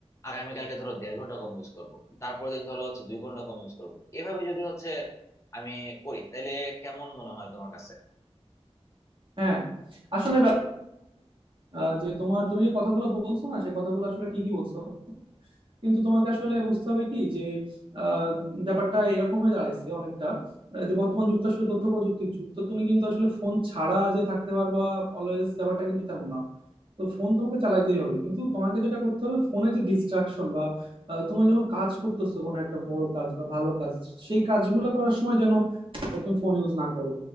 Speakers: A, on the left; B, on the right.
A: আগামীকালকে ধরো দেড় ঘন্টা কম ইউজ করব তারপর দিন ধরো হচ্ছে দুই ঘন্টা কম ইউজ করব এভাবে যদি হচ্ছে আমি করি তাহলে কেমন মনে হয় তোমার কাছে
B: হ্যাঁ আসলে ব্যাপ- আহ, যে তোমার তুমি যে কথাগুলো বলছো না সে কথাগুলো আসলে ঠিকই বলছো কিন্তু তোমাকে আসলে বুঝতে হবে কি যে আহ, ব্যাপারটা এরকম হয়ে দাঁড়াইছে অনেকটা আহ, যে বর্তমান যুগ তো আসলে তথ্য প্রযুক্তির যুগ তো তুমি কিন্তু আসলে ফোন ছাড়া যে থাকতে পারবা অলওয়েজ ব্যাপারটা কিন্তু তেমন না তো ফোন তোমাকে চালাইতেই হবে কিন্তু তোমাকে যেটা করতে হবে ফোনে যে ডিস্ট্রাকশন বা আহ, তুমি যখন কাজ করতেছো কোনো একটা বড় কাজ বা ভালো কাজ সেই কাজগুলো করার সময় যেন তুমি ফোন ইউজ না করো